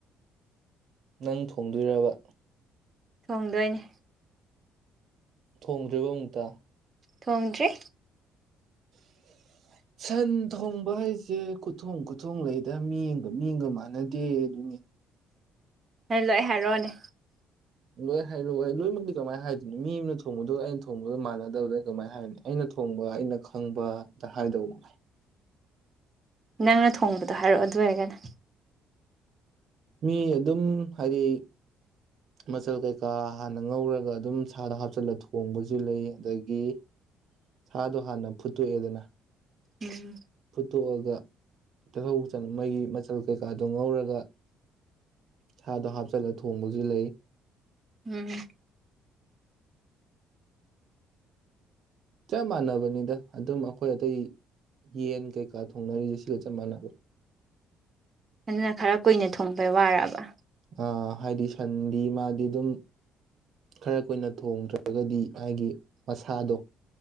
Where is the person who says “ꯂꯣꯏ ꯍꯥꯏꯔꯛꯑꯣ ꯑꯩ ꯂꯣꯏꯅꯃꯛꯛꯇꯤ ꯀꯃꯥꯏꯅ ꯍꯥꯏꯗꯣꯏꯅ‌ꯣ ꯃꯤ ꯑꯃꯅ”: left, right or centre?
Right